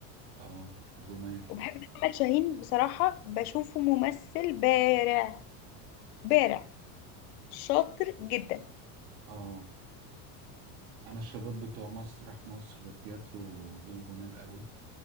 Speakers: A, on the right; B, on the left.
A: اه جمال
B: وبحب محمد شاهين بصراحة بشوفه ممثل بارع بارع شاطر جدا
A: اه انا الشباب بتوع مسرح مصر تياترو دول جمال قوي